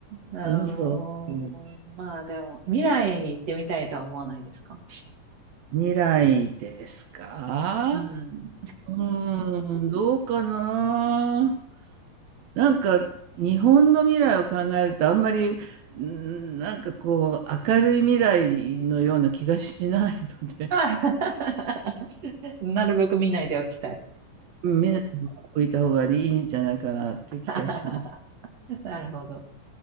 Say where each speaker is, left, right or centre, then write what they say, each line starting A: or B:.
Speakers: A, on the right; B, on the right.
A: あのーまあでも、
B: うん、そう。うん
A: 未来に行ってみたいとは思わないですか
B: 未来ですか
A: うん。
B: うーん、どうかな。なんか日本の未来を考えるとあんまり、うん、なんかこう明るい未来のような気がしないので、
A: <laughs> なるべく見ないでおきたい。
B: うん、みん置いた方がいいんじゃないかなって気がします。
A: <laughs> なるほど。